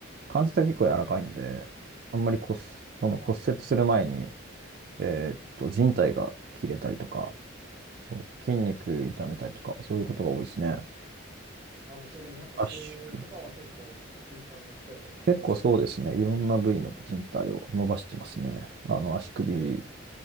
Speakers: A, on the right; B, on the right.
A: 関節が結構柔らかいので、あんまり骨、その骨折する前に、えーっと、靭帯が切れたりとか、そう、筋肉痛めたりとか、そういうことが多いですね。
B: ああー、じゃあでもやっぱそういう怪我は結構頻繁に起こるものなんですね。
A: 圧縮結構そうですね。いろんな部位の人体を伸ばしてますね。あの、足首
B: えー、